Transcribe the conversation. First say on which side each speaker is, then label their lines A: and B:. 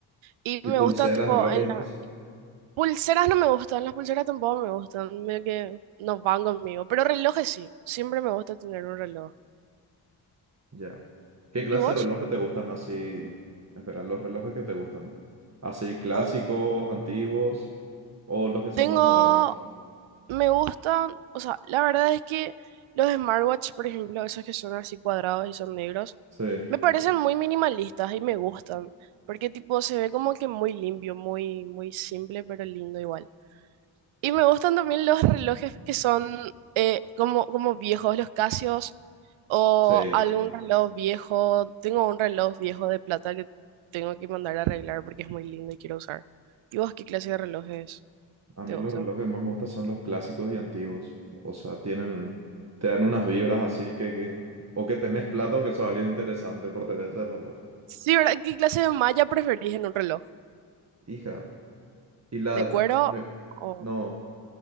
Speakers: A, on the right; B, on the right.
A: Y
B: ¿Y
A: me
B: pulseras,
A: gusta, tipo,
B: relojes
A: en
B: y demás?
A: la- pulseras no me gustan, las pulseras tampoco me gustan, medio que no van conmigo. Pero relojes sí, siempre me gusta tener un reloj.
B: Ya. ¿Qué clase
A: ¿Y vos?
B: de relojes te gustan así? Espera, los relojes que te gustan. ¿Así clásicos,
A: Ah,
B: antiguos o los que son
A: tengo,
B: más modernos?
A: me gustan, o sea, la verdad es que los smartwatch, por ejemplo, esos que son así cuadrados y son negros,
B: Sí,
A: me parecen muy minimalistas y me gustan. Porque tipo se ve como que muy limpio, muy, muy simple, pero lindo igual. Y me gustan también los relojes que son eh, como, como viejos, los Casios o
B: sí.
A: algún reloj viejo. Tengo un reloj viejo de plata que tengo que mandar a arreglar porque es muy lindo y quiero usar. ¿Y vos qué clase de relojes
B: A mí
A: te gustan?
B: los relojes que más me gustan son los clásicos y antiguos. O sea, tienen, te dan unas vibras así que, que- o que tenés plata o que sos alguien interesante por tener ese reloj.
A: Sí, ¿verdad? ¿Qué clase de malla preferís en un reloj?
B: Hija. Y la,
A: ¿De cuero
B: me-
A: o...?
B: no,